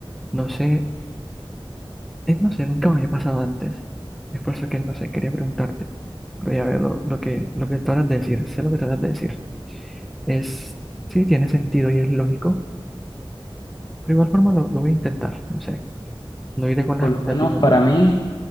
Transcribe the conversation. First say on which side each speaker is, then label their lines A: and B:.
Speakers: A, in the centre; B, on the left.
A: No sé, es, no sé, nunca me había pasado antes. Es por eso que, no sé, quería preguntarte, pero ya veo lo, lo que, lo que tratas de decir, sé lo que tratas de decir. Es, sí, tiene sentido y es lógico, pero igual forma lo, lo voy a intentar, no sé, no iré con las
B: Por
A: expectativas
B: lo menos para
A: de,
B: mí,